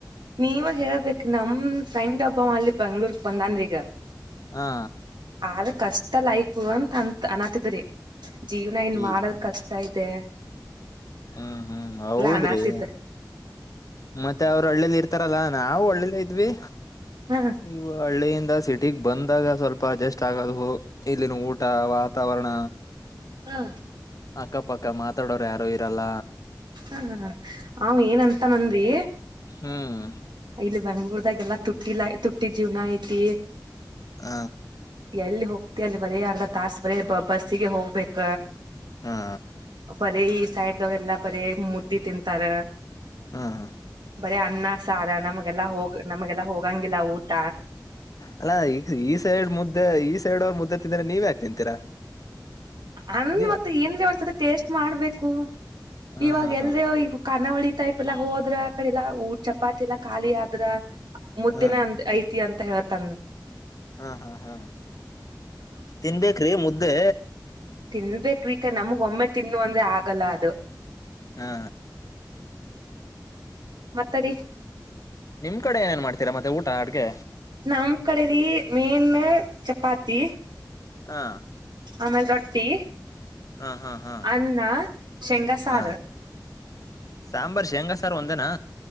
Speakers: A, on the right; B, on the left.
A: ನೀವ ಹೇಳಬೇಕು ನಮ್. ಸೈನ್ಡಬ್ಬ ಅಲ್ಲಿ ಬೆಂಗ್ಳೂರ್ ಬಂದಾನ್ರಿಗ.
B: ಹಾ
A: ಆದ್ ಕಷ್ಟ ಲೈಫು ಅಂತ ಅಂತ್ ಅನಾತಿದ್ರಿ ಜೀವನ ಇಲ್
B: ಈ
A: ಮಾಡದ್ ಕಷ್ ಷ್ಟ ಐತೆ
B: ಹ್ಮ್ ಹ್ಮ್ ಹೌದ್ರಿ
A: ಅನಾತಿದ್ದ
B: ಮತ್ತೆ ಅವ್ರು ಹಳ್ಳಿಲ್ ಇರ್ ಇತರಲ್ಲಾ ನಾವು ಹಳ್ಳಿಲೆ ಇದ್ವಿ
A: ಹ
B: ಈ ಹಳ್ಳಿಯಿಂದ ಸಿ ಸಿಟಿಗ್ ಬಂದಾಗ ಸ್ವಲ್ಪ ಅಡ್ಜಸ್ಟ್ ಆಗೋದು ಇಲ್ಲಿನ್ ಊಟ ವಾತಾವರ್ ಣ
A: ಹ
B: ಅಕ್ಕಪಕ್ಕ ಮಾತಾಡೋರ್ ಯಾರು ಇರಲ್ಲ.
A: ಹ ಹ ಅವ್ ಏನಂತನಂನ್ರೀ.
B: ಹ್ಮ್
A: ಇಲ್ಲಿ ಬೆಂಗ್ಳೂರ್ದಾಗ ಎಲ್ಲಾ ತುಟ್ಟಿಲ್ ತುಟ್ಟಿದ್ ಜೀವ್ನ ಐತಿ.
B: ಆ
A: ಎಲ್ಲಿ ಹೋಗ್ತ ಅಲ್ಲಿ ಬರೇ ಅರ್ಧ ತಾಸ ಬರೇ ಬಸ್ಸಿಗೆ ಹೋಗ್ಬೇಕ.
B: ಹಾ
A: ಬರೇ ಈ ಸೈಡ್ದಗೆಲ್ಲ ಬರೀ ಮುದ್ದಿ ತಿಂತಾರ.
B: ಹಾ
A: ಬರೀ ಅನ್ನ ಸಾರ ನಮ್ಗೆಲ್ಲಾ ಹೋಗ ನಮ್ಗೆಲ್ಲಾ ಹೋಗಂಗಿಲ್ಲ ಊಟ.
B: ಅಲ್ಲಾ ಈ ಈ ಸೈಡ್ ಮುದ್ದೆ ಈ ಸೈಡ್ ಅವ್ರ್ ಮುದ್ದೆ ತಿಂದ್ರೆ ನೀವ್ ಯಾಕ್ ತಿಂತೀರಾ.
A: ಅನ್
B: ನೀವ್
A: ಮತ್ ಏನ್ರಿ ಒಂದ್ಸತಿ ಟೇಸ್ಟ್ ಮಾಡ್ಬೇಕು
B: ಹ
A: ಇವಾಗ್
B: ಹಾ
A: ಎಲ್ಯೊ
B: ಹಾ
A: ಈಗ ಖಾನಾವಳಿ. ಟೈಪ್ ಎಲ್ಲಾ ಹೋದ್ರ ಆ ಕಡೆ ಎಲ್ಲ ಊಟ ಚಪಾತಿ ಎಲ್ಲಾ ಖಾಲಿ ಆದ್ರ ಮುದ್ದಿನ
B: ಹಾ
A: ಅ ಐತಿ ಅಂತ್. ಹೇಳ್ ತನ್.
B: ಹಾ ಹಾ ಹಾ ತಿನ್ಬೇಕ್ರಿ ಮುದ್ದೆ.
A: ತಿನ್ಬೇಕ್ರೀ ಇಗ್ ನಮ್ಗ್ ಒಮ್ಮೆ ತಿನ್ಬೇಕ್ ಅಂದ್ರೆ ಆಗಲ್ಲ ಅದು.
B: ಹಾ
A: ಮತ್ತರಿ
B: ನಿಮ್ಕಡೆ ಏನೇನ್ ಮಾಡ್ತೀರ ಮತ್ತೆ ಊಟ ಅಡ್ಗೆ.
A: ನಮ್ ಕಡೆರಿ ಮೇನ್ ಚಪಾತಿ.
B: ಹಾ
A: ಆಮೇಲೆ ರೊಟ್ಟಿ
B: ಹಾ ಹಾ ಹಾ
A: ಅನ್ನ ಶೇಂಗ ಸಾರು.
B: ಹಾ ಸಾಂಬಾರ್ ಶೇಂಗಾಸಾರು ಒಂದೇನಾ